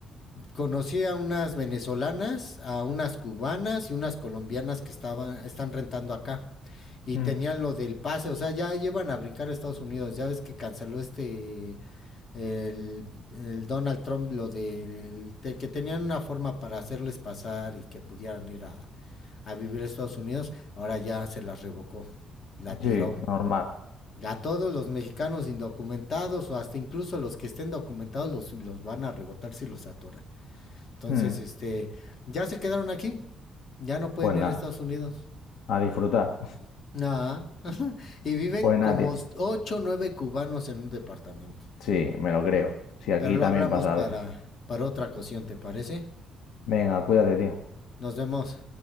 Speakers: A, on the left; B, on the left.
A: conocí a unas venezolanas, a unas cubanas y unas colombianas que estaban, están rentando acá. Y
B: Mm.
A: tenían lo del pase, o sea, ya llevan a brincar a Estados Unidos. Ya ves que canceló este, el, el Donald Trump, lo del- de, que tenían una forma para hacerles pasar y que pudieran ir a, a vivir a Estados Unidos. Ahora ya se las revocó, la tiró.
B: Sí, normal.
A: A todos los mexicanos indocumentados o hasta incluso los que estén documentados los, los van a rebotar si los atoran. Entonces,
B: Mm.
A: este, ya se quedaron aquí. Ya no pueden
B: Pues
A: ir
B: nada,
A: a Estados Unidos.
B: a disfrutar.
A: Nada. <laughs> y viven
B: Pues
A: como
B: nada, tío.
A: 8, o 9 cubanos en un departamento.
B: Sí, me lo creo. Sí, aquí
A: Pero lo
B: también
A: hablamos
B: pasa
A: para,
B: a veces.
A: para otra ocasión, ¿te parece?
B: Venga, cuídate, tío.
A: Nos vemos.